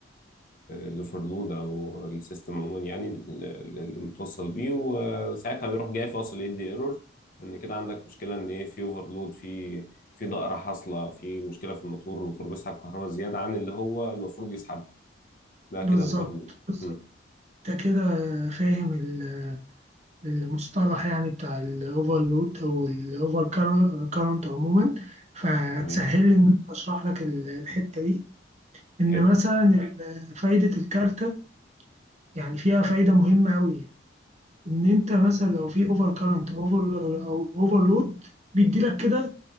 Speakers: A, on the left; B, on the right.
A: الاوفرلود او السيستم عموما يعني ال- ال- اللي متوصل بيه وساعتها بيروح جاي فاصل يدي ايرور ان كده عندك مشكله ان ايه في اوفرلود في في ضائره حاصله في مشكله في الموتور الموتور بيسحب كهرباء زياده عن اللي هو المفروض يسحب ده
B: بالظبط
A: كده الاوفرلود
B: بالظبط
A: مم.
B: انت كده فاهم ال- المصطلح يعني بتاع الاوفرلود او الاوفر كارنت عموما فهتسهل
A: تمام
B: لي ان انا اشرح لك ال- الحته دي ان
A: حلو
B: مثلا ال- فايده الكارته يعني فيها فايده مهمه قوي ان انت مثلا لو في اوفر كارنت اوفر او اوفر لود بيدي لك كده